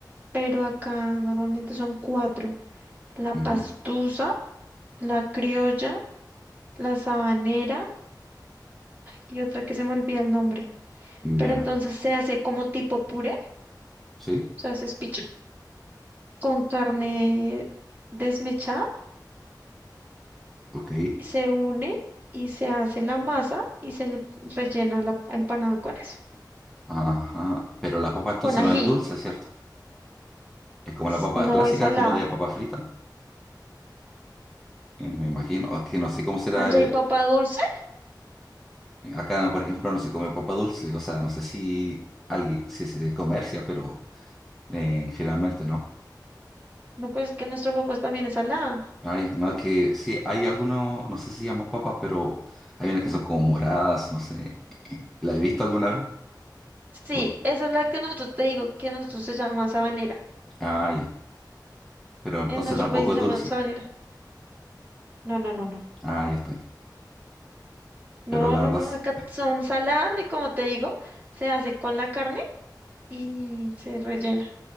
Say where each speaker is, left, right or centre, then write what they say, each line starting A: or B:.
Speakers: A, on the right; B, in the centre.
A: pero acá normalmente son cuatro. La pastusa,
B: Ujú.
A: la criolla, la sabanera y otra que se me olvida el nombre.
B: Ya,
A: Pero entonces se hace como tipo puré, o
B: Sí,
A: sea, se espicha con carne desmechada,
B: ok.
A: se une y se hace la masa y se le rellena la empanada con eso,
B: Ajá. Pero la papa entonces
A: con ají.
B: no es dulce, ¿cierto? Es como la
A: S-
B: papa
A: No
B: clásica,
A: es salada.
B: como de papa frita. eh, me imagino. Es que no sé cómo será.
A: Allá hay
B: eh,
A: papa dulce.
B: acá, por ejemplo, no se come papa dulce. O sea, no sé si alguien si se comercia, pero eh, generalmente no.
A: No, pues que nuestra papa también es salada.
B: Ay, no, es que sí, hay algunos, no sé si llamamos papa, pero hay unas que son como moradas, no sé. ¿La he visto alguna vez?
A: Sí,
B: O-
A: esa es la que nosotros te digo, que nosotros se llama sabanera.
B: Ah, ya. Pero entonces
A: En nuestro
B: tampoco
A: país se
B: es
A: llama
B: dulce.
A: sabanera. No, no, no, no.
B: Ah, ya estoy.
A: No,
B: Pero la
A: no,
B: verdad
A: no.
B: es.
A: Acá son saladas y como te digo, se hace con la carne y se rellena.